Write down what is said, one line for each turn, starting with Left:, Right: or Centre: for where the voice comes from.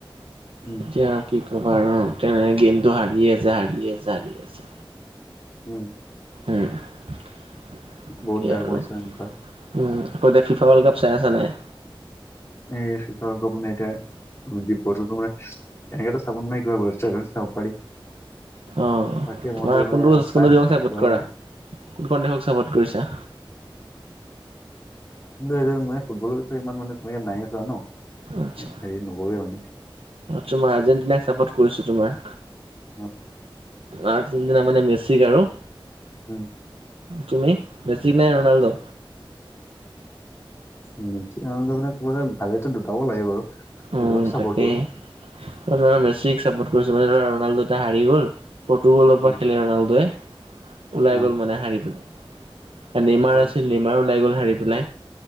Left: উম
Right: এতিয়া কি ক'বা আৰু, তেনেকেই গেমটো হাৰি আছে, হাৰি আছে, হাৰি আছে।
Left: উম'।
Right: উম তাকে
Left: বহুত বেয়া
Right: আৰু।
Left: কৰিছে
Right: উম
Left: এনেকুৱা
Right: আকৌ এতিয়া ফিফা ৱৰ্ল্ড কাপ চাই আছা নাই?
Left: উম ফিফা ৱৰ্ল্ড কাপ মানে এতিয়া <unintelligible> এনেকেটো চাব নোৱাৰি, কিবা বস্তু এটা চাব পাৰি।
Right: অহ
Left: বাকী মইতো
Right: তোমাৰ
Left: মানে
Right: কোনটো
Left: চাই
Right: কোনটো
Left: আছিলো
Right: টিমক চাপৰ্ট
Left: চোৱাই
Right: কৰা?
Left: নাই
Right: কোনখন দেশক চাপৰ্ট কৰিছা?
Left: মই ফুটবলৰ বিষয়ে ইমান মানে তেনেকে নাই এ চোৱা ন'।
Right: আচ্ছা
Left: হেৰি নকৰোৱে মানে
Right: তোমাৰ আৰ্জেণ্টিনাক চাপৰ্ট কৰিছো তোমাৰ।
Left: অ।
Right: আৰ্জেণ্টিনা মানে মেচিক আৰু?
Left: উম'।
Right: তুমি মেছিক নে ৰোনাল্ডো?
Left: মেচি ৰনালডো মানে ভালেটো দুটাই লাগে বাৰু। দুটাকো
Right: উম
Left: চাপৰ্ট
Right: তাকেই
Left: কৰো
Right: মই ধৰা মেচিক চাপৰ্ট কৰিছো, মানে ধৰা ৰণাল্ডো এটিয়া হাৰি গ'ল। পৰ্টুগলৰ
Left: উম
Right: পৰা খেলে ৰোনাল্ডোই। ওলাই
Left: অ
Right: গ'ল মানে হাৰি পেলাই, লেইমাৰ
Left: অ
Right: আছিল লেইমাৰো ওলাই গ'ল হাৰি পেলাই।